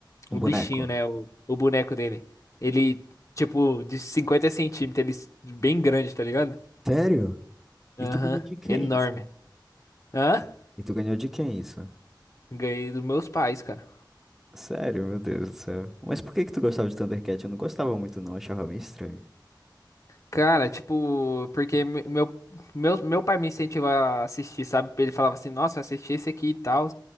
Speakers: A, in the centre; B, on the left.
A: Um
B: o
A: boneco.
B: bichinho, né? O, o boneco dele. Ele, tipo, de 50 centímetros, ele bem grande, tá ligado?
A: Sério? E
B: Aham,
A: tu ganhou de quem
B: enorme.
A: isso?
B: Hã?
A: E tu ganhou de quem isso?
B: Ganhei dos meus pais, cara.
A: Sério, meu Deus do céu. Mas por que que tu gostava de Thundercat? Eu não gostava muito, não. Achava meio estranho.
B: Cara, tipo, porque me- meu, meu, meu pai me incentivava a assistir, sabe? Ele falava assim, nossa, assisti esse aqui e tal.